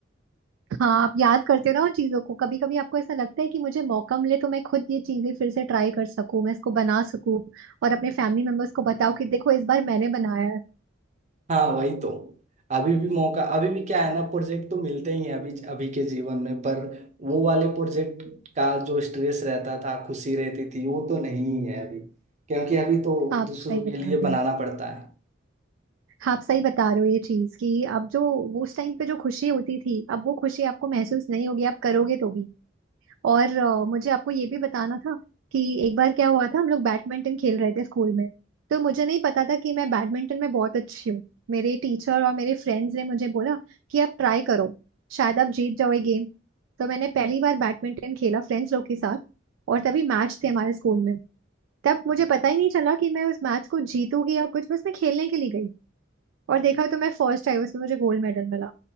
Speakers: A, on the right (about 85°); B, on the right (about 40°).
A: हाँ आप याद करते हो ना उन चीजों को कभी कभी आपको ऐसा लगता है कि मुझे मौका मिले तो मैं खुद ये चीजें फिर से ट्राई कर सकूं मैं इसको बना सकूं और अपने फैमिली मेंबर्स को बताओ कि देखो इस बार मैंने बनाया है
B: हाँ वही तो अभी भी मौका अभी भी क्या है ना प्रोजेक्ट तो मिलते ही हैं अभी अभी के जीवन में पर वो वाले प्रोजेक्ट का जो स्ट्रेस रहता था खुशी रहती थी वो तो नहीं है अभी क्योंकि अभी तो
A: आप
B: दूसरों
A: सही
B: के
A: बता
B: लिए
A: रहे
B: बनाना
A: हो
B: पड़ता है
A: आप सही बता रहे हो ये चीज कि अब जो उस टाइम पे जो खुशी होती थी अब वो खुशी आपको महसूस नहीं होगी आप करोगे तो भी और अ, मुझे आपको ये भी बताना था कि एक बार क्या हुआ था हम लोग बैडमिंटन खेल रहे थे स्कूल में तो मुझे नहीं पता था कि मैं बैडमिंटन में बहुत अच्छी हूँ मेरे टीचर और मेरे फ्रेंड्स ने मुझे बोला कि आप ट्राई करो शायद आप जीत जाओ ये गेम तो मैंने पहली बार बैडमिंटन खेला फ्रेंड्स लोग के साथ और तभी मैच थे हमारे स्कूल में तब मुझे पता ही नहीं चला कि मैं उस मैच को जीतूंगी या कुछ बस मैं खेलने के लिए गई और देखा तो मैं फर्स्ट आई उसमें मुझे गोल्ड मेडल मिला